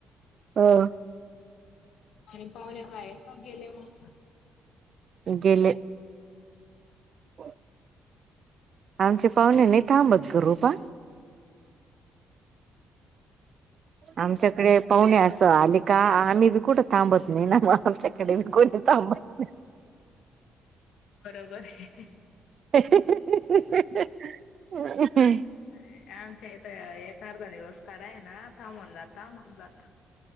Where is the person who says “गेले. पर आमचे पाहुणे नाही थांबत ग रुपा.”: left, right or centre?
Right